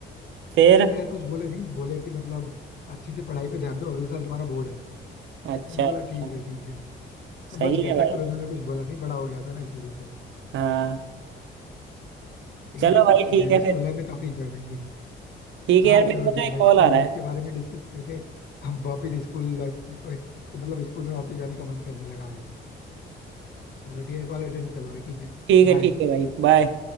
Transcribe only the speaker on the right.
फिर
अच्छा
अच्छा
सही
है भाई
हाँ
चलो
भाई
ठीक
है
फिर
ठीक
है यार मेरे
को
ना एक
कॉल
आ रहा
है
ठीक है ठीक
है भाई बाय